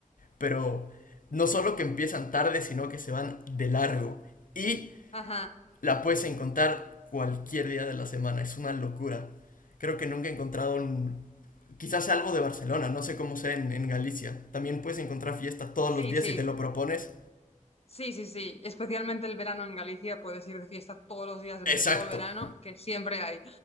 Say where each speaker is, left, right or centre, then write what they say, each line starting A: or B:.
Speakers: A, on the left; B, on the left.
A: pero no solo que empiezan tarde, sino que se van de largo. Y
B: ajá,
A: la puedes encontrar cualquier día de la semana, es una locura. Creo que nunca he encontrado un... Quizás sea algo de Barcelona, no sé cómo sea en, en Galicia. También puedes encontrar fiesta todos
B: sí,
A: los días
B: sí.
A: si te lo propones.
B: Sí, sí, sí, especialmente el verano en Galicia, puedes ir de fiesta todos los días durante
A: Exacto,
B: todo el verano, que siempre hay.